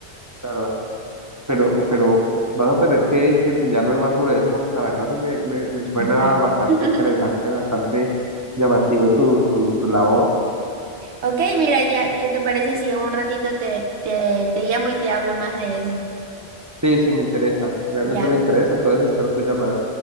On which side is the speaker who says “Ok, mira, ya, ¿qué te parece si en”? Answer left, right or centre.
Right